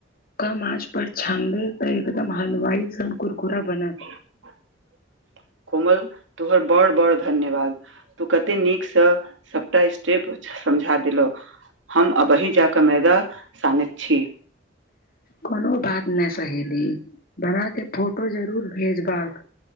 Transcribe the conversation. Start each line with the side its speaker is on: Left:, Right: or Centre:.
Left: कम आँच पर छानबै तऽ एकदम हलवाई सन कुरकुरा बनत
Right: <inaudible> कोमल तोहर बड़ बड़ धन्यवाद तू कते नीकसँ सबटा स्टेप समझा देलौं हम अबहि जाकऽ मैदा सानैत छी
Left: कोनो बात न सहेली बना के फोटो जरूर भेजबाक